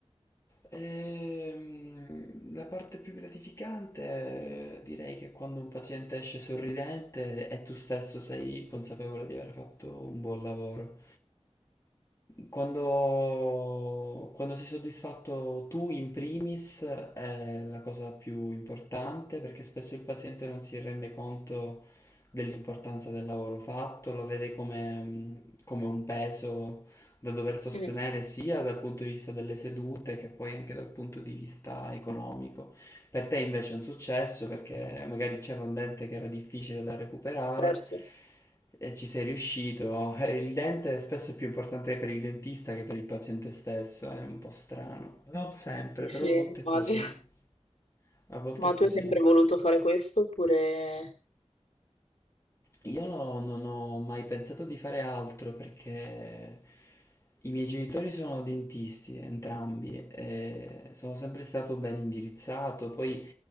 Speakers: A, on the left; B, on the left.
A: Ehm, la parte più gratificante eh, direi che è quando un paziente esce sorridente e tu stesso sei consapevole di aver fatto un buon lavoro. Quando, quando sei soddisfatto tu in primis è la cosa più importante perché spesso il paziente non si rende conto dell'importanza del lavoro fatto, lo vede come, come un peso da dover sostenere
B: Mm,
A: sia dal punto di vista delle sedute che poi anche dal punto di vista economico. Per te invece è un successo perché magari c'era un dente che era difficile da recuperare
B: certo,
A: e ci sei riuscito. Eh, Il dente spesso è più importante per il dentista che per il paziente stesso, è un po' strano. Non sempre,
B: sì,
A: però
B: sì,
A: a volte
B: immagino.
A: è così. A volte
B: Ma
A: è così.
B: tu hai sempre voluto fare questo oppure
A: Io non ho mai pensato di fare altro perché i miei genitori sono dentisti, entrambi, e sono sempre stato ben indirizzato. Poi